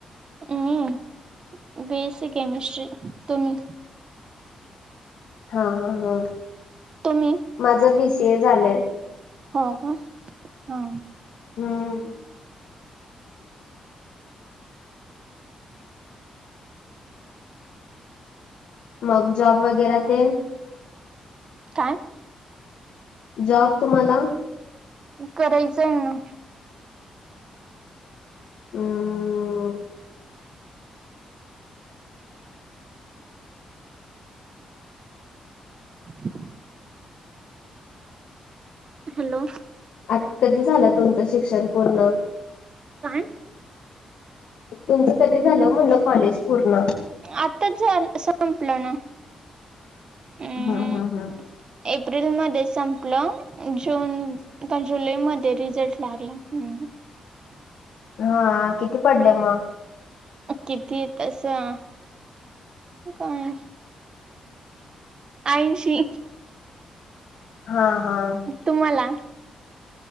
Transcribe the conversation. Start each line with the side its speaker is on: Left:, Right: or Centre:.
Right: मि बी इस्सी केमिस्ट्री, तु्म्ही?
Left: हा हा ह.
Right: तुम्ही
Left: माझ बीसीए झालंय.
Right: हो का, हा.
Left: हम्म. मग जॉब वगैरे तेण?
Right: काय?
Left: जॉब तुम्हाला?
Right: करायचाय ना.
Left: हम्म.
Right: <unintelligible> हॅलो?
Left: आत कधी झालं तुमचं शिक्षण पूर्ण?
Right: काय?
Left: तुमचं कधी झालं म्हणलं कॉलेज पूर्ण?
Right: आताच झा संपलं ना. अम्
Left: हा हा हा.
Right: एप्रिल मध्ये संपलं-‍- जून का जुलै मध्ये रिझल्ट लागला, हम्म.
Left: हा किती पडले मग?
Right: कितीयेत? असं. काय, ऐंशी.
Left: हा हा.
Right: तुम्हाला?